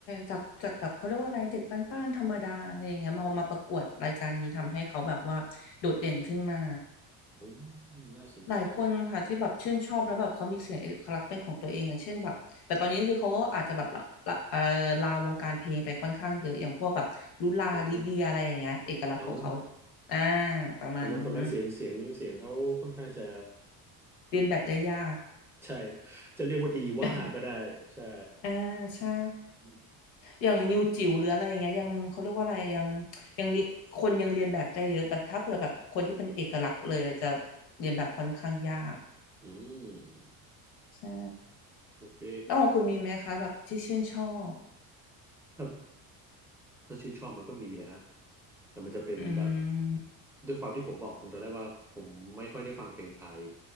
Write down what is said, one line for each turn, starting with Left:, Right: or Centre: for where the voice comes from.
Left: จากจากแบบเขาเรียกว่าอะไรเด็กบ้านๆธรรมดาอะไรอย่างเงี้ยมามาประกวดรายการนี้ทำให้เขาแบบว่าโดดเด่นขึ้นมา
Centre: อืมน่าสนใจ
Left: หลายคนค่ะที่แบบชื่นชอบแล้วแบบเขามีเสียงเอกลักษณ์เป็นของตัวเองอย่างเช่นแบบแต่ตอนนี้คือเขาก็อาจจะแบบละละเอ่อลาวงการเพลงไปค่อนข้างเยอะอย่างพวกแบบลุลาลิเดียอะไรอย่างเงี้ยเอกลักษณ์ของเขา
Centre: อ่าฮะเอา
Left: อ่าประมาณนั้น
Centre: ตอนนั้นตอนนั้นเสียงเสียงเสียงเขาค่อนข้างจะ
Left: เรียนแบบได้ยาก
Centre: ใช่จะเรียกว่าดีว่าก็ได้ใช่
Left: <laughs> อ่าใช่
Centre: อืม
Left: อย่างนิวจิ๋วหรืออะไรอย่างเงี้ยยังเขาเรียกว่าอะไรยังยังเรียคนยังเรียนแบบได้เยอะแต่ถ้าเผื่อแบบคนที่เป็นเอกลักษณ์เลยจะเรียนแบบค่อนข้างยาก
Centre: อืม
Left: ใช่
Centre: โอเค
Left: แล้วของคุณมีไหมคะแบบที่ชื่นชอบ
Centre: ถ้าถ้าชื่นชอบมันก็มีเลยฮะแต่มันจะเป็นแบบ
Left: อืม
Centre: ด้วยความที่ผมบอกคุณตอนแรกว่าผมไม่ค่อยได้ฟังเพลงไทย